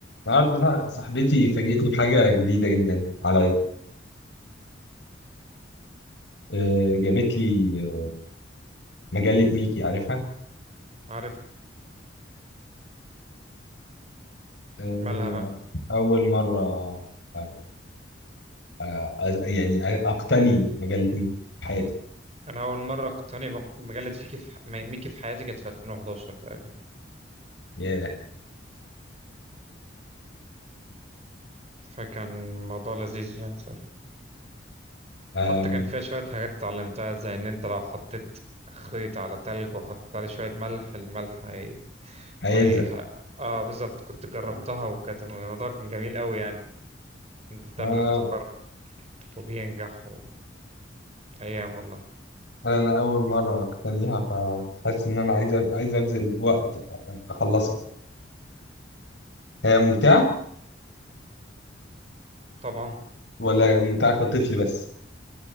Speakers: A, on the left; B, on the right.
A: النهارده صاح- صاحبتي فاجئتني بحاجة جديدة جدا عليا آه، جابت لي آه، مجلة ميكي عارفها
B: عارف
A: آه،
B: مالها بقى
A: أول مرة آه، آه، أز- يعني أقتني مجلة ميكي في حياتي
B: انا اول مره اقتني مجله فيكي في ح- ميكي في حياتي كانت في 2011 تقريبا
A: ياه
B: فكان الموضوع لذيذ يعني صار
A: آم،
B: حتى كان فيها شويه حاجات اتعلمتها زي ان انت لو حطيت خيط على تلج وحطيت عليه شويه ملح الملح هي
A: هيلزق
B: هي ه- اه بالظبط كنت جربتها وكانت الموضوع كان جميل قوي يعني انت تعمل
A: آه،
B: اختبار وبينجح و... ايام والله
A: أنا أول مرة أقتنيها فحاسس إن أنا عايز أب- عايز أبذل وقت آه، أخلصها هي ممتعة
B: طبعا
A: ولا ممتعة كطفل بس؟